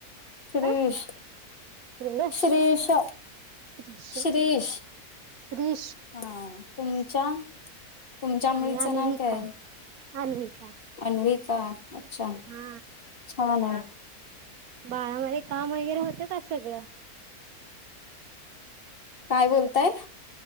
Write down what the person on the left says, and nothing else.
श्रीश.
श्रीश
श्रीश.
हा तुमच्या तुमच्या मुलीचं
नाव कायय?
अन्विका. अच्छा
छान आहे
काय बोलताय?